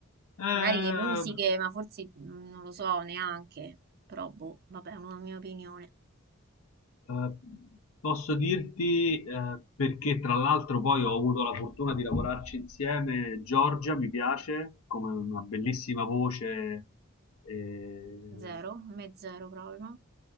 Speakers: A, on the left (about 70°); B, on the right (about 45°).
A: eh,
B: Magari le musiche, ma forse mm, non lo so neanche, però boh, vabbè, è una mia opinione.
A: Eh, posso dirti, eh, perché tra l'altro poi ho avuto la fortuna di lavorarci insieme, Giorgia mi piace come una bellissima voce, eh,
B: Zero, a me zero proprio.